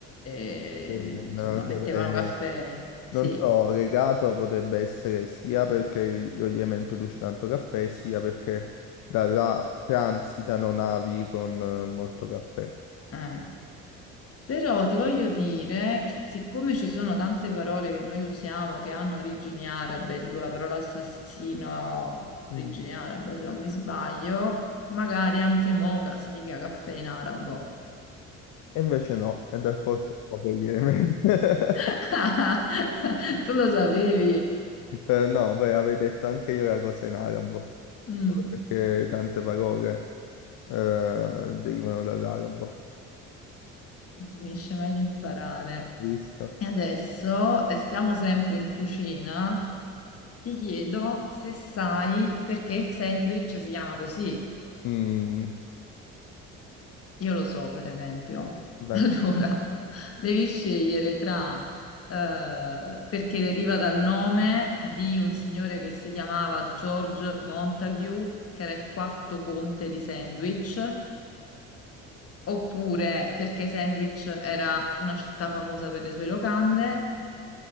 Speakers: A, on the left (about 40°); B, on the left (about 55°).
A: eh,
B: Yemen,
A: insomma mettevano
B: dove
A: caffè.
B: non
A: Sì,
B: so, legato potrebbe essere sia perché lo Yemen produce tanto caffè, sia perché da là transitano navi con eh, molto caffè.
A: eh. Però ti voglio dire, per- siccome ci sono tante parole che noi usiamo che hanno origini arabe, tipo la parola assassino,
B: Mm.
A: origine araba, se non mi sbaglio, magari anche Moca significa caffè in arabo.
B: E invece no, è dal porto di Moca in Yemen.
A: <laughs>
B: <laughs>
A: Tu lo sapevi?
B: Eh, no, beh, avevo detto anche io la cosa in arabo,
A: Mm.
B: perché tante parole eh, derivano dall'arabo,
A: non si finisce mai di imparare.
B: visto?
A: E adesso restiamo sempre in cucina. Ti chiedo se sai perché il sandwich si chiama così.
B: Mm,
A: Io lo so, per esempio.
B: dan-
A: <laughs> Allora, devi scegliere tra eh, perché deriva dal nome di un signore che si chiamava George Montague, che era il quarto conte di Sandwich, oppure perché Sandwich era una città famosa per le sue locande